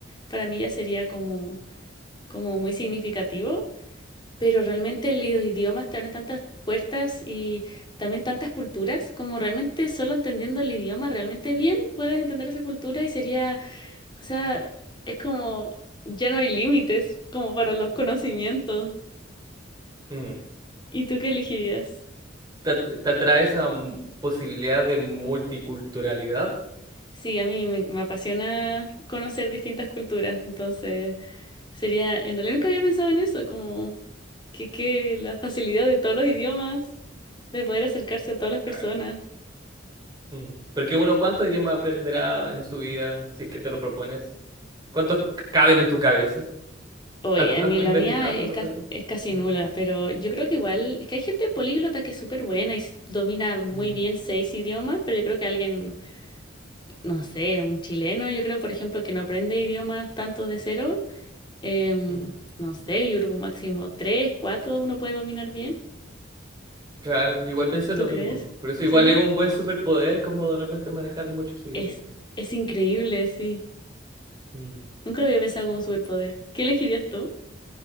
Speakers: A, on the left; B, on the right.
A: para mí ya sería como, como muy significativo, pero realmente los idiomas te abren tantas puertas y también tantas culturas, como realmente solo entendiendo el idioma realmente bien puedes entender esa cultura y sería o sea, es como, ya no hay límites como para los conocimientos.
B: Mm.
A: ¿Y tú qué elegirías?
B: ¿Te, te atrae esa mm, posibilidad de multiculturalidad?
A: Sí, a mí me, me apasiona conocer distintas culturas, entonces sería, en realidad nunca había pensado en eso, como que, que la facilidad de todos los idiomas, de poder acercarse a todas las
B: Claro.
A: personas.
B: Mm. Porque uno, ¿cuántos idiomas aprenderá en su vida si es que te lo propones? ¿Cuántos c- caben en tu cabeza?
A: Oye,
B: ¿Has,
A: a
B: has
A: mí la
B: investigado
A: mía es,
B: con respecto
A: ca-
B: a eso?
A: es casi
B: Mm,
A: nula, pero yo creo que igual, es que hay gente políglota que es súper buena y s- domina muy
B: mm,
A: bien seis idiomas, pero yo creo que alguien no sé, un chileno, yo creo, por ejemplo, que no aprende idiomas tanto de cero, em,
B: ujú.
A: no sé, yo creo que un máximo tres, cuatro uno puede dominar bien.
B: Claro, yo igual pienso lo
A: ¿Tú crees?
B: mismo. Por eso igual
A: Sí.
B: es un buen superpoder como de repente manejar muchos idiomas.
A: Es, es increíble, sí.
B: Mm.
A: Nunca lo había pensado como superpoder. ¿Qué elegirías tú?